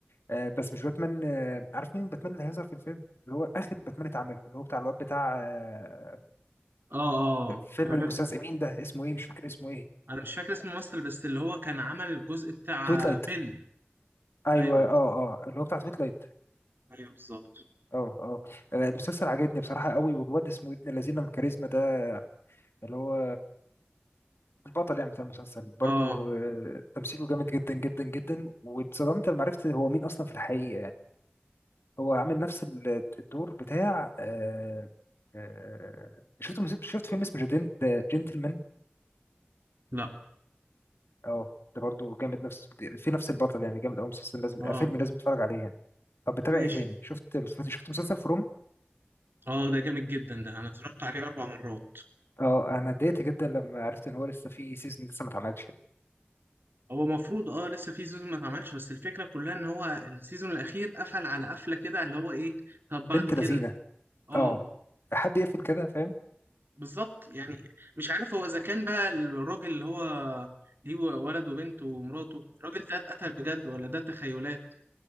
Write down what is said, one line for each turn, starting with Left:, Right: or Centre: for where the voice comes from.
Left: آه، بس مش باتمان آه، عارف مين باتمان اللي هيظهر في الفيلم اللي هو اخر باتمان اتعمل اللي هو بتاع الواد بتاع آه،
Right: آه آه
Left: فيلم
Right: عرفت
Left: المستذئبين ده اسمه ايه مش فاكر اسمه ايه
Right: أنا مش فاكر اسم الممثل بس اللي هو كان عمل الجزء بتاع
Left: تويت لايت
Right: بن
Left: ايوه
Right: ايوه
Left: اه اه اللي هو بتاع تويت لايت
Right: ايوه بالظبط
Left: اه اه آه، المسلسل عجبني بصراحه قوي والواد اسمه ابن الذين الكاريزما ده اللي هو البطل يعني بتاع المسلسل برضو
Right: اه
Left: آه، تمثيله جامد جدا جدا جدا واتصدمت لما عرفت هو مين اصلا في الحقيقه يعني. هو عامل نفس ال- الدور بتاع آه، آه، شفت مس- شفت فيلم اسمه جنتلمان
Right: لا
Left: اه ده برضو جامد نفس في نفس البطل يعني جامد قوي مسلسل لازم
Right: اه
Left: فيلم لازم تتفرج عليه يعني طب بتابع
Right: ماشي
Left: ايه تاني شفت مسلسل- شفت مسلسل فروم
Right: اه ده جامد جدا ده انا اتفرجت عليه اربع مرات
Left: اه انا اتضايقت جدا لما عرفت ان هو لسه في سيزون لسه ما اتعملش
Right: هو المفروض اه لسه في سيزون ما اتعملش بس الفكره كلها ان هو السيزون الاخير قفل على قفله كده اللي هو ايه طب بعد
Left: بنت
Right: كده
Left: لذينه
Right: اه
Left: اه حد يقفل كده فاهم
Right: بالظبط يعني مش عارف هو اذا كان بقى الراجل اللي هو ليه ولد وبنت ومراته الراجل ده اتقتل بجد ولا ده تخيلات